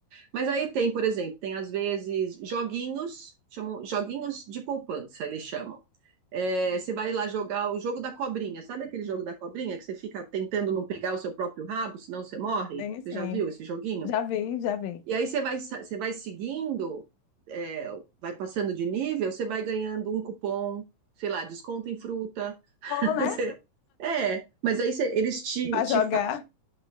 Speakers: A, on the right; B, on the left.
A: Mas aí tem, por exemplo, tem às vezes joguinhos, chamam joguinhos de poupança, eles chamam. É, você vai lá jogar o jogo da cobrinha, sabe aquele jogo da cobrinha que você fica tentando não pegar o seu próprio rabo, senão você morre?
B: Tem sim.
A: Você já viu esse joguinho?
B: Já vi, já vi.
A: E aí você vai, sa- você vai seguindo, é, vai passando de nível, você vai ganhando um cupom, sei lá, desconto em fruta. <laughs>
B: Bom, né?
A: Você- É, mas aí você- eles te,
B: Para
A: te
B: jogar.